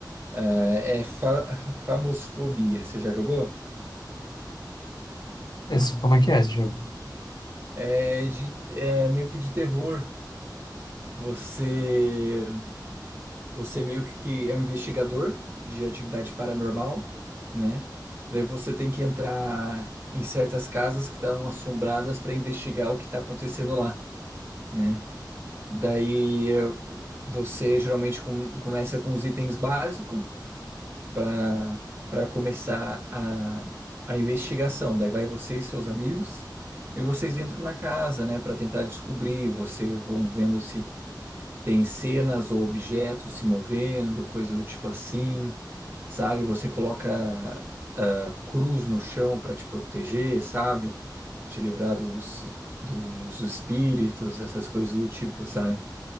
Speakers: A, on the right; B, on the left.
A: Ah, é fa Famosfobia, você já jogou?
B: Esse, como é que é esse jogo?
A: É, de, é meio que de terror. Você, você meio que é um investigador de atividade paranormal, né? Daí você tem que entrar em certas casas que estão assombradas para investigar o que está acontecendo lá, né? Daí eh, você geralmente com- começa com os itens básicos. para para começar a, a investigação. Daí vai você e seus amigos, e vocês entram na casa, né, para tentar descobrir. Você vão vendo se tem cenas ou objetos se movendo, coisa do tipo assim, sabe? Você coloca ah, cruz no chão para te proteger, sabe? Te livrar dos, dos espíritos, essas coisas do tipo, sabe?